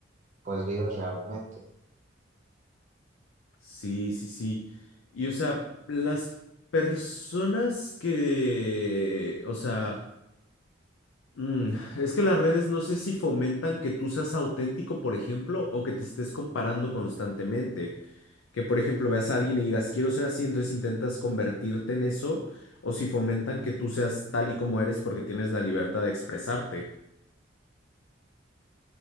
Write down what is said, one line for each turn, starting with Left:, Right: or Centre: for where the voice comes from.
Right: pues vives realmente.
Left: Sí, sí, sí. Y, o sea, las personas que, o sea... Mm, es que las redes no sé si fomentan que tú seas auténtico, por ejemplo, o que te estés comparando constantemente. Que, por ejemplo, veas a alguien y digas, quiero ser así, entonces intentas convertirte en eso, o si fomentan que tú seas tal y como eres porque tienes la libertad de expresarte.